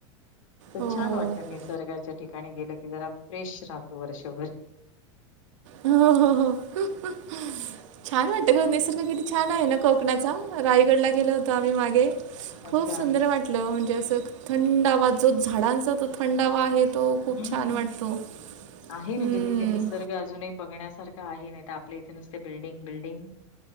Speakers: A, on the left (about 85°); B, on the right (about 75°).
A: तर
B: हो
A: छान वाटत निीसर्गाच्या ठिकाणी गेलं जरा फ्रेश राहतो वर्षभर
B: हो हो हो छान वाटत ग निसर्ग किती छान आहे ना कोकणाचा रायगडला गेलो होतो आम्ही मागे
A: अच्छा.
B: खूप सुंदर वाटलं म्हणजे असं थंडावा जो झाडांचा तो थंडावा आहे तो खूप
A: हम्म
B: छान वाटतो
A: आहे म्हणजे
B: हम्म.
A: तिथे निसर्ग अजूनही बघण्यासारखं आहे नाही तर आपल्या इथे नुसते बिल्डिंग बिल्डिंग